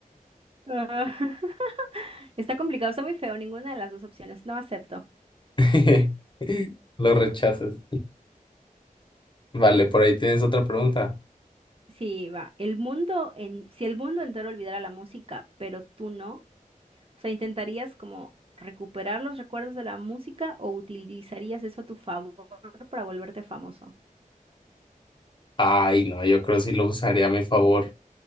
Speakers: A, on the right; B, on the left.
A: Ah, <laughs> Está complicado, está muy feo. Ninguna de las dos opciones. No acepto.
B: <laughs> Los rechazas. Vale, por ahí tienes otra pregunta.
A: Sí, va. El mundo en, si el mundo entero olvidara la música, pero tú no, o sea, ¿intentarías como recuperar los recuerdos de la música o utilizarías eso a tu favor para volverte famoso?
B: Ay, no, yo creo que sí lo usaría a mi favor.